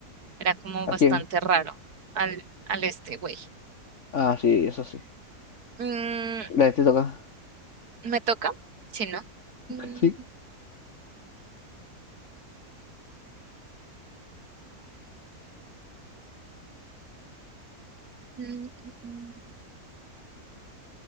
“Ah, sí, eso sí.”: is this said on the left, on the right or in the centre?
Left